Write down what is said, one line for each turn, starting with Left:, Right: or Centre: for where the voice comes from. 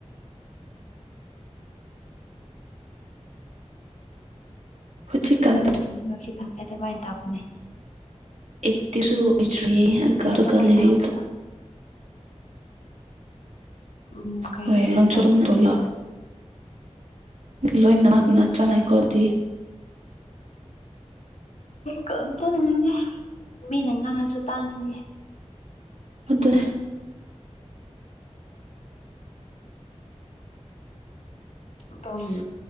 Right: ꯍꯧꯖꯤꯛꯀꯥꯟꯗ
Left: ꯎꯝ ꯔꯁꯤ ꯈꯥꯟ ꯀꯦꯇ ꯃꯥꯏ ꯇꯕꯅꯦ
Right: ꯏꯠꯇꯁꯨ ꯏꯦ ꯀꯥꯔꯣ
Left: ꯑꯗꯨꯃꯥꯏꯅ
Right: ꯀꯂꯔꯤ
Left: ꯇꯧꯕꯅꯦꯕ ꯎꯝ ꯀꯩꯒ
Right: ꯍꯣꯏ
Left: ꯃꯦꯟꯇꯔꯅꯤ
Right: ꯅꯪꯁꯨ ꯑꯗꯨꯝ ꯇꯧꯒꯦꯔꯣ ꯂꯣꯏꯅꯃꯛꯅ ꯆꯉꯥꯏꯀꯣꯗꯤ
Left: ꯀꯝꯇꯅꯅꯤꯡꯗꯦ ꯃꯤꯅ ꯉꯥꯡꯉꯁꯨ ꯇꯥꯅꯤꯡꯗꯦ
Right: ꯑꯗꯨꯅꯦ
Left: ꯑꯇꯣꯝ